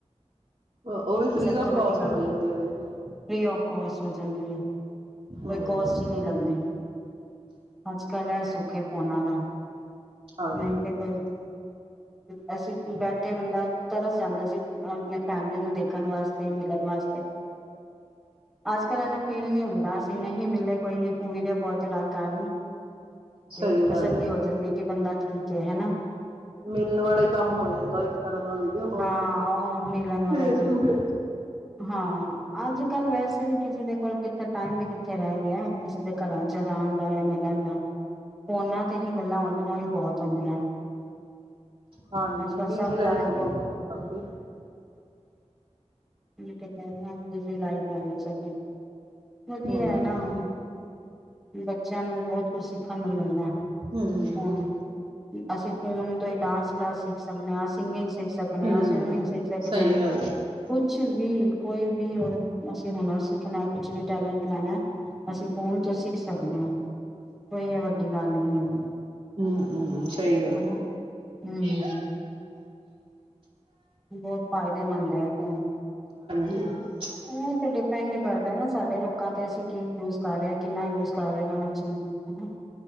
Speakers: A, on the right; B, in the centre.
A: ਉਹ- ਉਹ ਵੀ ਫ੍ਰੀ
B: ਸਭ
A: ਆਫ
B: ਤੋਂ ਵੱਡੀ
A: ਕਾਸਟ
B: ਗੱਲ
A: ਹੋ ਜਾਂਦੀ ਹੈ ਦੇਖ ਲਓ
B: ਫੀ ਆਫ ਕੋਸਟ ਹੋ ਜਾਂਦੀ ਹੈ
A: ਹੂੰ
B: ਕੋਈ ਕੋਸਟ ਹੀ ਨਹੀਂ ਲੱਗਦੀ ਅੱਜ ਕੱਲ ਹੈ ਸੁਖ ਹੈ ਫੋਨਾਂ ਦਾ
A: ਹਾਂਜੀ
B: ਨਹੀਂ ਤੇ ਕੋਈ ਐਸੇ ਫਿਰ ਬੈਠੇ ਬੰਦਾ ਤਰਸ ਜਾਂਦਾ ਸੀ ਅ ਫੈਮਿਲੀ ਨੂੰ ਦੇਖ ਰਖਣ ਵਾਸਤੇ ਮਿਲਣ ਵਾਸਤੇ ਅੱਜ ਕੱਲ ਇਨਾ ਫੀਲ ਨਹੀਂ ਹੁੰਦਾ ਅਸੀਂ ਨਹੀਂ ਮਿਲੇ ਕੋਈ ਨੀ ਵੀਡੀਓ ਫੋਨ ਤੇ ਗੱਲ ਕਰ ਲਈ ਤੇ
A: ਸਹੀ ਗੱਲ
B: ਤਸੱਲੀ
A: ਹੈ
B: ਹੋ ਜਾਂਦੀ ਕਿ ਬੰਦਾ ਠੀਕ ਹੈ ਹੈ ਨਾ
A: ਮਿਲਣ ਵਾਲਾ ਕੰਮ ਹੋ ਜਾਂਦਾ ਇੱਕ ਤਰ੍ਹਾਂ ਦਾਡੀਓ ਕਾਲ
B: ਹਾਂ
A: ਤੇ
B: ਉਹ ਮਿਲਣ ਵਾਲੇ
A: ਫੇਸ
B: ਕੰਮ
A: ਟ ਫੇਸ
B: ਹਾਂ ਅਜ ਵੈਸੇ ਵੀ ਕਿਸੇ ਦੇ ਕੋਲ ਕਿੱਥੇ ਟਾਈਮ ਵੀ ਕਿੱਥੇ ਰਹਿ ਗਿਆ ਕਿਸੇ ਦੇ ਘਰਾਂ ਚ ਜਾਣ ਜਾਂ ਮਿਲਣ ਦਾ ਫੋਨਾਂ ਤੇ ਹੀ ਗੱਲਾਂ ਉਹਦੇ ਨਾਲ ਹੀ ਬਹੁਤ ਹੁੰਦੀਆਂ
A: ਹਾਂਜੀ
B: ਅੱਜ ਕੱਲ
A: ਬਿਜੀ
B: ਸਭ
A: ਲਾਈਫ
B: ਲਾ
A: ਹੋਗੀ
B: ਲੋਕ
A: ਬੋਹਤ, ਅਬ ਭੀ
B: ਲੇਕਿਨ ਬਿਜ਼ੀ ਲਾਈਫ ਹੋਵੇਈ ਸਬ ਦੀ, ਵਧੀਆ
A: ਹੂੰ
B: ਹੈ ਨਾ, ਬੱਚਿਆਂ ਨੂੰ ਵੀ ਬਹੁਤ ਕੁਝ ਸਿੱਖਣ ਨੂੰ ਮਿਲਦਾ
A: ਹੂੰ
B: ਹੁਣ ਅਸੀਂ ਕੌਣ ਡਾਂਸ ਕਲਾਸ ਸਿੱਖ ਸਕਨੇ ਆਂ, ਸਿੰਗਿੰਗ ਸਿੱਖ ਸਕਨੇ
A: ਹੂੰ
B: ਆਂ ਸਵਿਮਿੰਗ ਸਿੱਖ ਸਕਨੇ
A: ਸਹੀ
B: ਆਂ
A: ਗੱਲ ਹੈ
B: ਕੁਛ ਵੀ ਕੋਈ ਵੀ ਉਹ ਅਸੀਂ ਹੁਨਰ ਸਿੱਖਣਾ ਕੁਛ ਵੀ ਟੈਲੈਂਟ ਲੈਣਾ ਅਸੀਂ ਫੋਨ ਤੋਂ ਸਿੱਖ ਸਕਦੇ ਆਂ ਕੋਈ ਏ ਵਧ ਵੱਡੀ ਗੱਲ ਨੀ ਹੋਏਗੀ
A: ਹੂ ਹੂ ਸਹੀ ਗੱਲ
B: ਹਨਾ ਹਮ
A: ਐ
B: ਬਹੁਤ ਫਾਇਦੇਮੰਦ ਹੈ ਫੋਨ
A: ਦ <unintelligible>
B: ਉਹ ਤੇ ਡਿਪੈਂਡ ਕਰਦਾ ਹਨਾ ਸਾਡੇ ਲੋਕਾਂ ਤੇ ਅਸੀਂ ਕੀ ਯੂਜ ਕਰ ਰਹੇ ਹ ਕਿੰਨਾ ਯੂਜ ਕਰ ਰਹੇ ਹਾਂ ਹਰ ਚੀਜ਼ ਨੂੰ ਹੈ ਨਾ